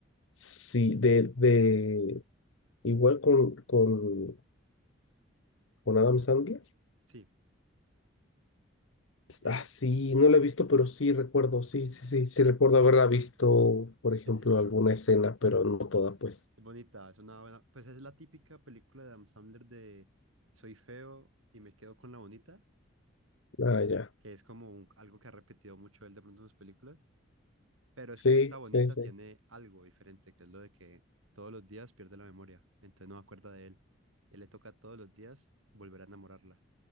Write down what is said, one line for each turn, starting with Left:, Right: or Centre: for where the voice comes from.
Left: sí, de, de, igual con, con, con Adam Sandler.
Right: Sí, eh,
Left: Ah, sí, no la he visto, pero sí recuerdo, sí, sí, sí, sí recuerdo haberla visto, por ejemplo,
Right: eh, eh,
Left: alguna escena, pero no toda, pues.
Right: es bonita, es una buena, pues es la típica película de Adam Sandler de soy feo y me quedo con la bonita,
Left: Ah, ya.
Right: que es como un- algo que ha repetido mucho él de pronto en sus películas, pero es
Left: Sí,
Right: que esta bonita
Left: sí, sí.
Right: tiene algo diferente, que es lo de que todos los días pierde la memoria, entonces no se acuerda de él y le toca todos los días volver a enamorarla